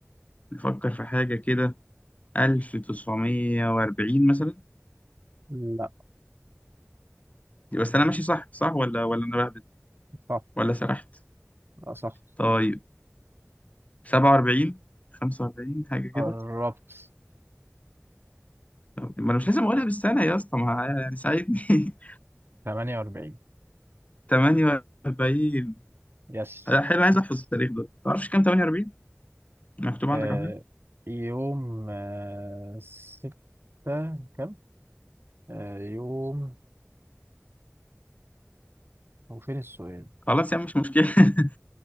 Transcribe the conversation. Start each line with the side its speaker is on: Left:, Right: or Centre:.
Left: نفكر في حاجة كده 1940 مثلا
Right: لا
Left: بس أنا ماشي صح صح ولا ولا أنا بهبد
Right: صح
Left: ولا سرحت
Right: لا صح
Left: طيب 47 45 حاجة كده
Right: قربت
Left: ما أنا مش لازم أقولها بالسنة يا اسطى ما يعني ساعدني <laughs>
Right: 48
Left: 48
Right: يس
Left: لا حلو عايز احفظ التاريخ ده تعرفش كام 48 مكتوب عندك
Right: آه
Left: على حاجه
Right: يوم آه ستة كم؟ آه يوم هو فين السؤال؟
Left: خلاص يا عم مش مشكله <laughs>